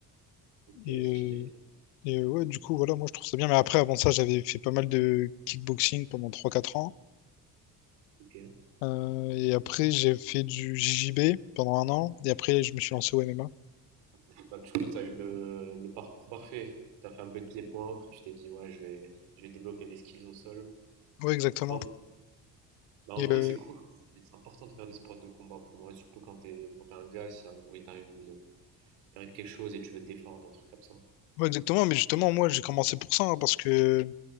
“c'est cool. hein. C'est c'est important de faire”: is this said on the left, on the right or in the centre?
Right